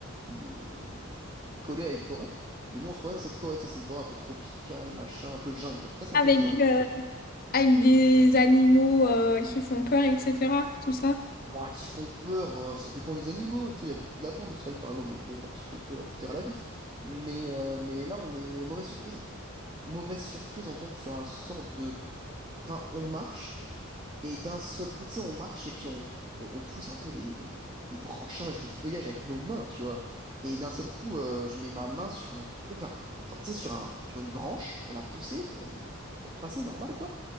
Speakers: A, on the right; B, on the left.
A: il est, il est- il est collé à une forêt, et nous on se promène dans cette forêt, tu sais, c'est une forêt un peu tropicale, machin, un peu jungle, presque un
B: Avec,
A: peu jungle,
B: euh,
A: tu vois
B: avec des animaux euh, qui font peur, etc. Tout ça.
A: Bah, qui font peur, euh, ça dépend des animaux. Tu sais, il y a beaucoup de lapins en Australie, par exemple. Donc, bon, bah, qui fait peur, tout est relatif. Mais, euh, mais là, on est mauvaise surprise. Mauvaise surprise, on tombe sur un sort de. Enfin, on marche, et d'un seul coup, tu sais, on marche, et puis on, on, on pousse un peu les, les, les branchages, les feuillages avec nos mains, tu vois. Et d'un seul coup, euh, je mets ma main sur un truc, enfin, genre, tu sais, sur un, sur une branche pour la pousser, pour, me- pour passer normal, quoi.